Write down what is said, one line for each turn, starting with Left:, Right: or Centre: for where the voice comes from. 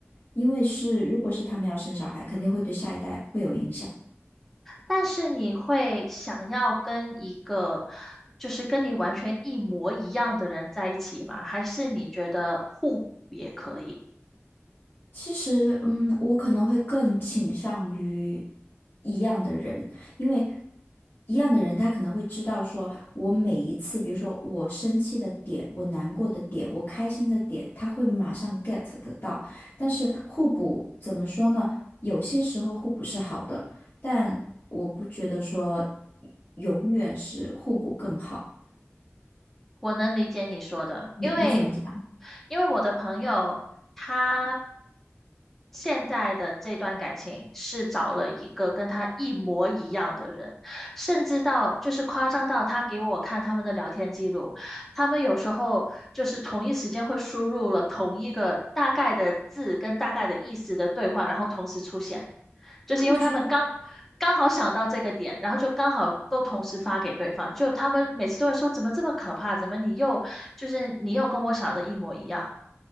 Left: 因为是如果是他们要生小孩，肯定会对下一代会有影响。
Centre: 但是你会想要跟一个就是跟你完全一模一样的人在一起吗？还是你觉得互补也可以？
Left: 其实，嗯，我可能会更倾向于一样的人，因为一样的人他可能会知道说，我每一次，比如说我生气的点，我难过的点，我开心的点，他会马上 get 得到。但是互补怎么说呢？有些时候互补是好的，但我不觉得说永远是互补更好。
Centre: 我能理解你说的，
Left: 你你怎么想？
Centre: 因为因为我的朋友他现在的这段感情是找了一个跟他一模一样的人，甚至到就是夸张到他给我看他们的聊天记录，他们有时候就是同一时间会输入了同一个大概的字跟大概的意思的对话，然后同时出现。就是因为他们刚刚好想到这个点，
Left: 啊，我觉得
Centre: 然后就刚好都同时发给对方，就他们每次都会说怎么这么可怕，怎么你又就是你又跟我想的一模一样。